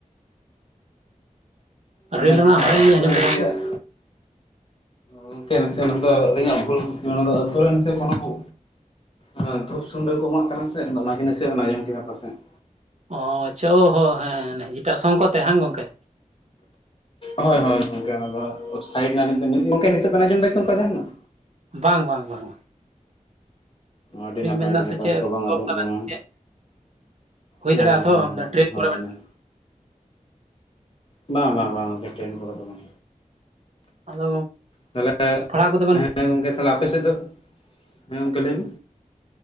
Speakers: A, on the left; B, on the right.
A: ᱢᱟᱱᱮ
B: ᱨᱮᱹᱞ ᱨᱮᱱᱟᱜ
A: ᱚᱝᱠᱟ
B: ᱦᱚᱨᱮᱱ
A: ᱟᱛᱩ
B: ᱞᱤᱧ ᱟᱸᱡᱚᱢ
A: ᱨᱮ ᱱᱟᱥᱮᱭᱟᱜ
B: ᱠᱮᱫᱟ ᱛᱚ
A: ᱜᱚᱝᱠᱮ ᱱᱟᱥᱮ ᱚᱱᱟ ᱫᱚ ᱟᱹᱞᱤᱧᱟᱜ ᱵᱷᱩᱞ ᱜᱚᱝᱠᱮ ᱚᱱᱟ ᱫᱚ ᱟᱹᱛᱩ ᱨᱮᱱ ᱥᱮ ᱠᱳᱱᱳ ᱠᱚ ᱚᱱᱟ ᱫᱷᱩᱯ ᱥᱩᱱᱫᱟᱹ ᱠᱚ ᱮᱢᱟᱜ ᱠᱟᱱᱟ ᱥᱮ ᱚᱱᱟᱜᱮ ᱱᱟᱥᱮᱭᱟᱜ ᱵᱮᱱ ᱟᱸᱡᱚᱢ ᱠᱮᱫᱟ ᱯᱟᱥᱮᱡ᱾
B: ᱚᱻ ᱟᱪᱪᱷᱟ ᱚ ᱦᱚᱸ ᱦᱮᱸ ᱡᱮᱴᱟ ᱥᱚᱝᱠᱚᱱᱛᱮ ᱵᱟᱝ ᱜᱚᱝᱠᱮ?
A: ᱦᱳᱭ ᱦᱳᱭ ᱜᱚᱝᱠᱮ ᱚᱱᱟ ᱫᱚ ᱥᱟᱭᱤᱰ ᱮᱱᱟ ᱞᱤᱧ, <inaudible> ᱜᱚᱝᱠᱮ ᱱᱤᱛᱚᱜ ᱵᱮᱱ ᱟᱸᱡᱚᱢᱮᱫᱟ ᱠᱤ ᱚᱝᱠᱟ ᱡᱟᱦᱟᱸᱱᱟᱜ?
B: ᱵᱟᱝ ᱵᱟᱝ ᱵᱟᱝ ᱵᱟᱝ᱾
A: ᱟᱹᱰᱤ ᱱᱟᱯᱟᱭ
B: ᱢᱮᱱᱫᱟ
A: ᱟᱹᱰᱤ ᱱᱟᱯᱟᱭ
B: ᱥᱮ ᱪᱮᱫ
A: ᱱᱮᱛᱚᱜ ᱵᱟᱝ
B: ᱡᱚᱵ
A: ᱟᱸᱡᱚᱢᱚᱜ
B: ᱫᱟᱵᱮᱱ ᱥᱮ ᱪᱮᱫ ᱦᱩᱭ
A: <unintelligible>
B: ᱫᱟᱲᱮᱭᱟᱜᱼᱟ
A: ᱚ
B: ᱛᱚ
A: ᱦᱚᱸ ᱦᱚᱸ
B: ᱴᱨᱮᱱ
A: ᱦᱚᱸ ᱦᱳᱭ
B: ᱠᱚᱨᱮ ᱵᱮᱱ
A: ᱦᱳᱭ᱾ ᱵᱟᱝ ᱵᱟᱝ ᱵᱟᱝ ᱥᱴᱮᱱ ᱠᱚᱨᱮ ᱫᱚ ᱵᱟᱝ᱾
B: ᱟᱫᱚ
A: ᱛᱟᱦᱚᱞᱮ
B: ᱯᱟᱲᱦᱟᱣ ᱠᱚᱫᱚ ᱵᱮᱱ
A: ᱦᱮᱸ ᱜᱚᱝᱠᱮ ᱛᱟᱦᱚᱞᱮ ᱟᱯᱮ ᱥᱮᱫ ᱫᱚ, ᱦᱮᱸ ᱜᱚᱝᱠᱮ ᱞᱟᱹᱭ ᱢᱮ᱾